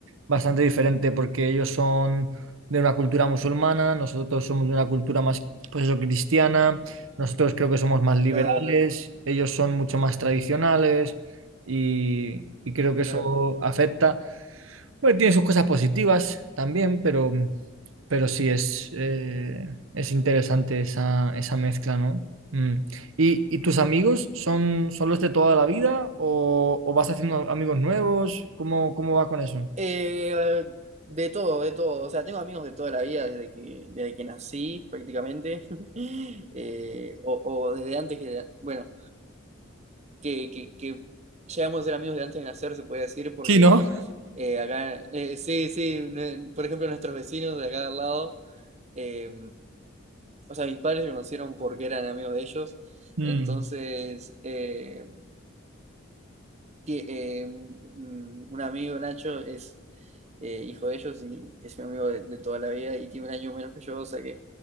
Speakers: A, on the right; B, on the right.
A: bastante diferente porque ellos son de una cultura musulmana, nosotros somos de una cultura más, pues eso, cristiana, nosotros creo que somos más liberales,
B: Claro, tal cual,
A: ellos son mucho más tradicionales y, y creo que
B: claro.
A: eso afecta. Bueno, tiene sus cosas positivas también, pero, pero sí es, eh, es interesante esa, esa mezcla, ¿no? Mm. ¿Y, y tus amigos son, son los de toda la vida o, o vas haciendo amigos nuevos? ¿Cómo, cómo va con eso?
B: Eh, de todo, de todo. O sea, tengo amigos de toda la vida, desde que, desde que nací prácticamente, <laughs> Eh, o, o desde antes que, bueno, que, que, que llegamos a ser amigos de antes de nacer, se puede decir, porque
A: Sí, ¿no?
B: eh, acá, eh, sí, sí, ne- por ejemplo, nuestros vecinos de acá de al lado, eh, o sea, mis padres se conocieron porque eran amigos de ellos,
A: Mm,
B: entonces... eh, que eh, un un amigo, Nacho, es eh, hijo de ellos y es mi amigo de, de toda la vida y tiene un año menos que yo, o sea que